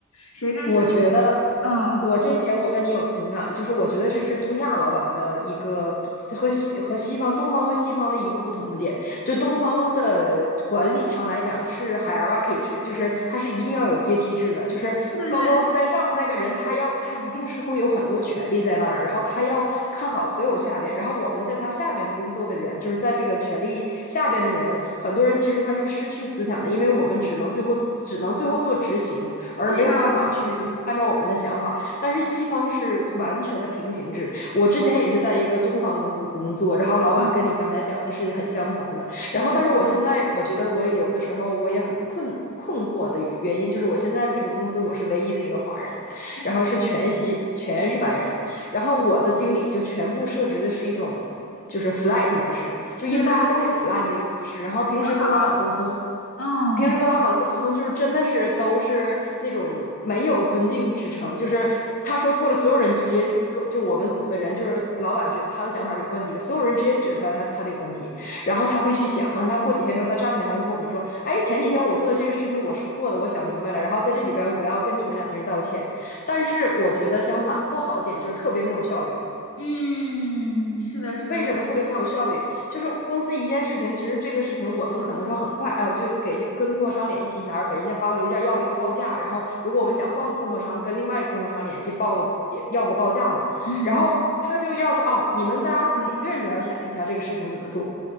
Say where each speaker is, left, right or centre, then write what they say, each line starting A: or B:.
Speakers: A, on the left; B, on the left.
A: 谁跟谁，
B: 我觉得。
A: 嗯，
B: 我这一点我跟你有同感，就是我觉得这是东亚老板的一个和西和西方、东方和西方的一个不同的点。就东方的管理上来讲是 hierarchy 制，就是它是一定要有阶梯制的，就是高高在上的那个人，
A: 对对对，
B: 他要他一定是会有很多权利在那儿的，然后他要看好所有下边，然后我们在他下边工作的人，就是在这个权力下边的人，很多人其实他是失去思想的，因为我们只能最后只能最后做执行，而没有办法去按照我们的想法。
A: 是呀，
B: 但是西方是完全的平行制。我之前也是在一个东方公司工作，然后老板跟你刚才讲的是很相同的。
A: 嗯，对对对，
B: 然后，但是我现在我觉得我有的时候我也很困困惑的原因，就是我现在这个公司我是唯一的一个华人，
A: 嗯，
B: 然后是全西全是白人，然后我的经理就全部设置的是一种。就是 flat 模式，就因为大家都是
A: 对对对对对，
B: flat 的一个模式，然后平时跟老板沟通
A: 很好，嗯
B: 平时跟老板沟通，就是真的是都是那种没有尊敬之城，就是他他说错了，所有人就直接就就我们组的人，就是老板觉得他的想法是有问题的，所有人直接指出来他他的有问题，然后他会去想嘛，完他过几天之后，他站起来，他会跟我们说，哎，前几天我做的这个事情我是错的，我想明白了，然后在这里边我要跟你们两个人道歉。但是我觉得相反，不好的点就是特别没有效率。
A: 嗯，是的，是的，
B: 为什么特别没有效率？就是公司一件事情，其实这个事情我们可能说很快，哎，我就给这个跟供货商联系一下，然后给人家发个邮件要一个报价，然后如果我们想换个供货商，跟另外一个供货商联系报个要个报价嘛，
A: 嗯。
B: 然后他就要说，哦，你们大家每个人都要想一下这个事情怎么做，